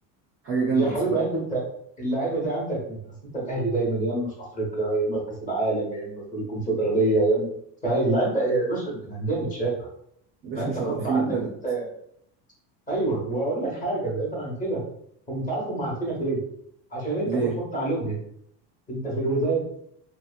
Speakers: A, on the right (about 35°); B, on the left (about 20°).
A: وحاجة جامدة
B: يا حبيب
A: بصراحة
B: قلبي أنت اللعيبة دي عندك أنت أصل أنت الأهلي دايما يا إما في أفريقيا يا إما في كأس العالم يا إما في الكونفدرالية يا إما فهي اللعيبة يا باشا الأندية متشافة
A: يا باشا
B: فانت
A: مشرفين
B: غصب عنك
A: البلد
B: انت ايوه واقول لك حاجه بعيدا عن كده هم انت عارف هم عارفينك ليه؟ عشان انت
A: ليه؟
B: بتحط عليهم هنا انت في الوداد